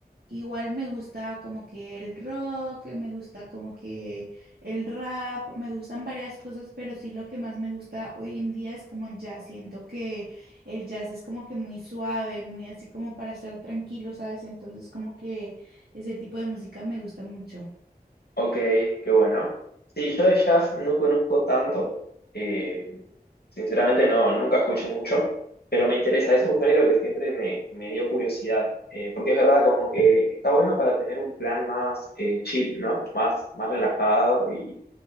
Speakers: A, on the right (about 75°); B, on the left (about 75°).
A: igual me gusta como que el rock, me gusta como que el rap, me gustan varias cosas, pero sí lo que más me gusta hoy en día es como el jazz. Siento que el jazz es como que muy suave, muy así como para estar tranquilo, ¿sabes? Entonces como que ese tipo de música me gusta mucho.
B: Ok, qué bueno. Sí, yo de jazz no conozco tanto. eh, Sinceramente no, nunca escuché mucho, pero me interesa, es un género que siempre me, me dio curiosidad, eh, porque es verdad como que está bueno para tener un plan más eh, chill, ¿no? Más, más relajado y,